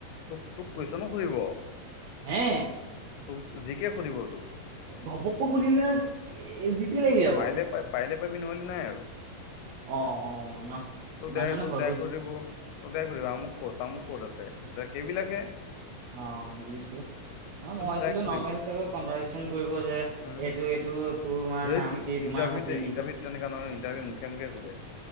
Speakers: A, on the left; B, on the right.
A: তোক তোক কুৱেশচনো শুধিব
B: হে
A: তোক জিকে সুধিব তোক।
B: ঘপকে সুধিলে মানে জিতি লাগি যাব।
A: পাৰিলে পাই পাৰিলে পাৰিবি নোৱাৰিলে নাই আৰু,
B: অ' অ' ন
A: তোক
B: ইমান
A: দে
B: মানে
A: তোক
B: ভয়
A: ডাইৰেক্ট
B: কৰিলে
A: কৰি দিব। তোক ডাইৰেক্ট শুধিব আমুক ক'ত তামুক ক'ত আছে ত সেইবিলাক হে।
B: অঁ বুজিছো। অঁ, মই ভাবিছিলো
A: ডাইৰেক্ট সুধিব
B: নৰ্মেল চাগৈ কনভাৰ্চচন কৰিব যে
A: উম
B: এইটো এইটো তোমাৰ
A: ধেইত
B: নাম কি তোমাৰ
A: ইণ্টাৰভিউতে
B: হবি কি
A: ইটাৰভিউ তেনেকোৱা নহয় ইণ্টাৰভিউ মুখে মুখে শুধে।